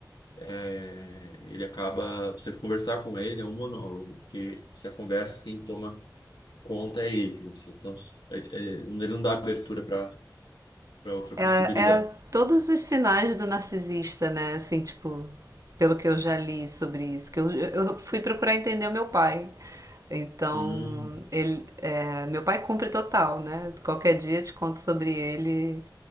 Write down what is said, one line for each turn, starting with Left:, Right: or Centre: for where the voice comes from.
Left: é, ele acaba, você conversar com ele é um monólogo, porque se a conversa quem toma conta é ele, assim. então é- é, ele não dá abertura para para outra possibilidade.
Right: É, é todos os sinais do narcisista, né? Assim, tipo, pelo que eu já li sobre isso, que eu, eu fui procurar entender o meu pai. Então,
Left: Hum,
Right: ele, é, meu pai cumpre total, né? Qualquer dia eu te conto sobre ele